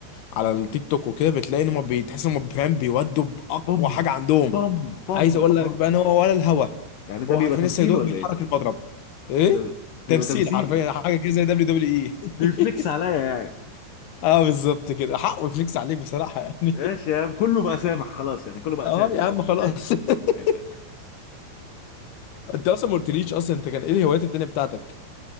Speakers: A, on the left (about 70°); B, on the left (about 85°).
A: على التيك توك وكده بتلاقي ان هم بتحس ان هم فاهم بيودوا باقوى
B: بم
A: حاجه عندهم
B: بم بم
A: عايز اقول لك
B: اه
A: بقى ان هو ولا الهوا
B: يعني ده
A: هو
B: بيبقى
A: حرفيا
B: تمثيل
A: لسه يدوق
B: ولا
A: بيحرك
B: ايه
A: المضرب ايه
B: ده بيبقى
A: تمثيل
B: تمثيلي
A: حرفيا حاجه كده زي دبليو دبليو اي
B: بيفليكس
A: <laughs>
B: عليا يعني
A: اه بالظبط كده حقه يفليكس عليك بصراحه يعني
B: ماشي
A: <laughs>
B: يا عم كله بقى سامح خلاص يعني كله بقى
A: اه
B: سامح
A: يا
B: يعني.
A: عم خلاص
B: ايوه
A: <laughs>
B: أيوة. أيوة.
A: انت اصلا ما قلتليش اصلا انت كان ايه الهوايات التانيه بتاعتك